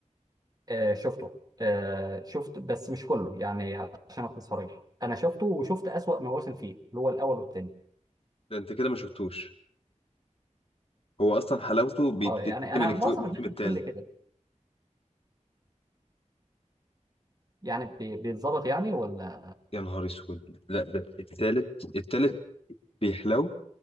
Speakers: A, on the right; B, on the left.
A: آه شفته آه شفت بس مش كله يعني عشان اكون صريح انا شفته وشفت اسوأ مواسم فيه اللي هو الاول والثاني
B: ده انت كده ما شفتوش هو اصلا حلاوته بتبتدي
A: اه يعني انا
B: من الجو-
A: معظم
B: الموسم
A: الناس
B: الثالث
A: بتقول لي كده يعني بي- بيتظبط يعني ولا
B: يا نهار اسود لا ده الثالث الثالث بيحلو